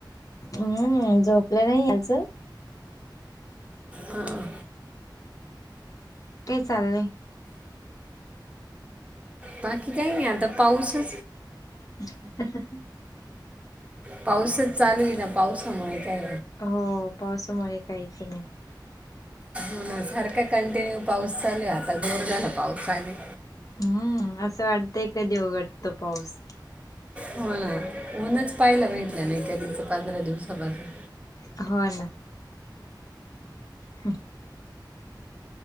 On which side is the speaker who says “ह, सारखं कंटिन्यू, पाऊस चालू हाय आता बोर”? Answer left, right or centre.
Right